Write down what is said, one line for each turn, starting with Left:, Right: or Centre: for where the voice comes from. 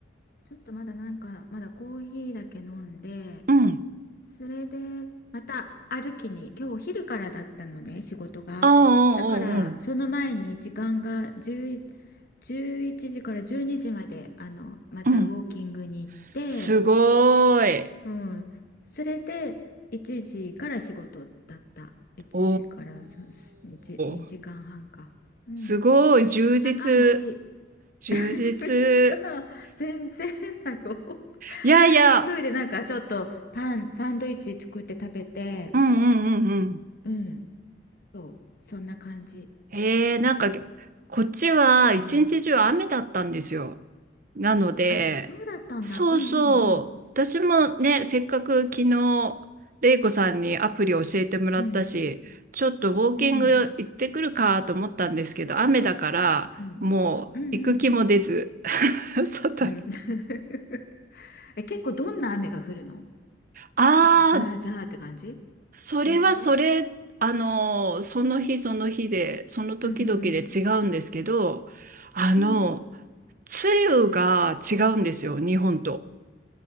Left: ちょっとまだなんか、まだコーヒーだけ飲んで、
Right: うん。
Left: それで、また歩きに、今日お昼からだったのね、仕事が。
Right: ああ、うんうん、
Left: だから、
Right: うん。
Left: その前に時間が10、1時から12時まで、あの、またウォーキングに行って、
Right: うんすごーい。
Left: うん。それで、1時から仕事だった。1時から3、
Right: お
Left: 2、2時間半か。
Right: ー、
Left: うん。
Right: すごい、充実、
Left: そんな感じ。
Right: 充実。
Left: <laughs> 充実かな全然だよ。
Right: いやいや、
Left: それで急いでなんかちょっとパン、サンドイッチ作って食べて、
Right: うんうんうんうん。
Left: うん、そう、そんな感じ
Right: えー、
Left: だけど、
Right: なんか、こっちは一日中雨だったんですよ。
Left: うん。
Right: なので、
Left: あ、そうだったんだ。
Right: そうそう、
Left: うんうん
Right: 私もね、せっかく昨日、レイコさんにアプリ教えてもらったし、
Left: うん。うん
Right: ちょっとウォーキング行ってくるかと思ったんですけど、
Left: うん
Right: 雨だから、
Left: うんうん
Right: もう行く気も出ず、<laughs> 外に。
Left: うんうん。<laughs> え、結構どんな雨が降るの
Right: ああ、
Left: なんかザーザーって感じ
Right: それはそれ、
Left: 年しと
Right: あの、その日その日で、その時々で違うんですけど、
Left: うんうん
Right: あの、
Left: うん。うん。
Right: 梅雨が違うんですよ、日本と。